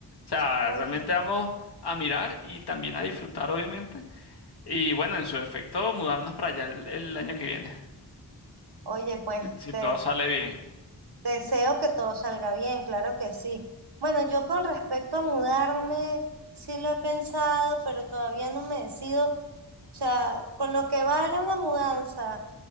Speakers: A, on the left (about 75°); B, on the right (about 75°).
A: sea,
B: Oye,
A: realmente vamos a mirar y también a disfrutar, obviamente. Y bueno, en su efecto, mudarnos para allá el, el año que viene,
B: oye, pues
A: si si
B: te,
A: todo sale bien.
B: te deseo que todo salga bien, claro que sí. Bueno, yo con respecto a mudarme, sí lo he pensado, pero todavía no me decido. O sea, con lo que vale una mudanza